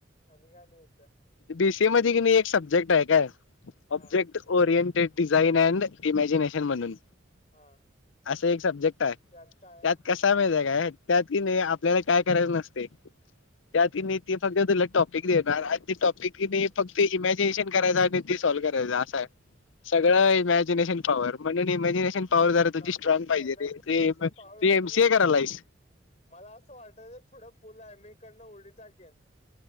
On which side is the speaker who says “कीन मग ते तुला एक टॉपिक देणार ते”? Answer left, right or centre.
Left